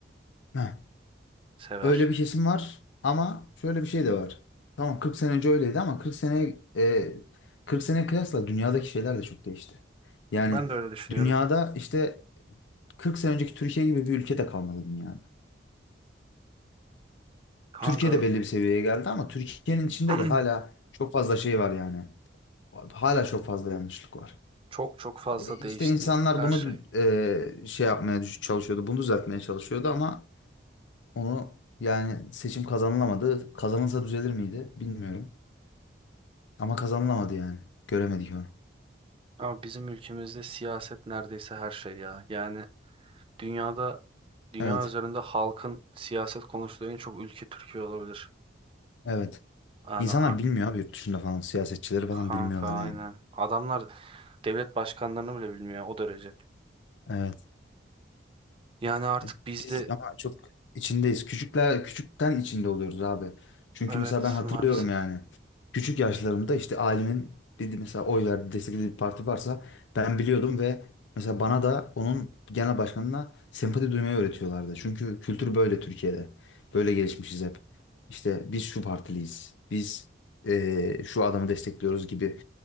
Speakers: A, on the left; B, on the right.
A: Heh.
B: sever.
A: Öyle bir kesim var ama şöyle bir şey de var. Tamam 40 sene önce öyleydi ama 40 sene e, 40 sene kıyasla dünyadaki şeyler de çok değişti. Yani
B: Ben de öyle düşünüyorum.
A: dünyada işte 40 sene önceki Türkiye gibi bir ülke de kalmadı dünyada.
B: Kanka
A: Türkiye de belli bir seviyeye geldi ama Türkiye'nin içinde
B: <clears throat>
A: de hala çok fazla şey var yani. Hala çok fazla yanlışlık var.
B: Çok çok fazla
A: E, işte
B: değişti
A: insanlar
B: her
A: bunu
B: şey.
A: dü- e, şey yapmaya düş- çalışıyordu, bunu düzeltmeye çalışıyordu ama onu yani seçim kazanılamadı. Kazanılsa düzelir miydi bilmiyorum. Ama kazanılamadı yani. Göremedik onu.
B: Ama bizim ülkemizde siyaset neredeyse her şey ya. Yani dünyada dünya
A: Evet.
B: üzerinde halkın siyaset konuştuğu en çok ülke Türkiye olabilir.
A: Evet.
B: Yani
A: İnsanlar
B: art
A: bilmiyor abi yurt dışında falan. Siyasetçileri falan
B: kanka
A: bilmiyorlar yani.
B: aynen. Adamlar devlet başkanlarını bile bilmiyor o derece.
A: Evet.
B: Yani artık
A: E,
B: bizde
A: Biz ama çok içindeyiz. Küçükler küçükten içinde oluyoruz abi. Çünkü
B: evet
A: mesela ben hatırlıyorum
B: maalesef
A: yani. Küçük yaşlarımda işte ailemin bir mesela oy verdiği desteklediği bir parti varsa ben biliyordum ve mesela bana da onun genel başkanına sempati duymayı öğretiyorlardı. Çünkü kültür böyle Türkiye'de. Böyle gelişmişiz hep. İşte biz şu partiliyiz. Biz eee, şu adamı destekliyoruz gibi